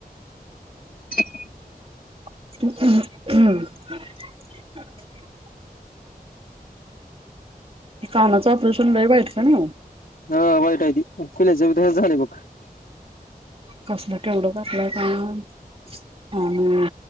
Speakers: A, on the left (about 65°); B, on the right (about 35°).
A: <unintelligible>
B: <unintelligible> कानाचं ऑपरेशन लय वाईट का नाय.
A: हा वाईट आहे त पल्याचे त झाले बघ.
B: कर्स्नाट. तेवढ घलं का आणि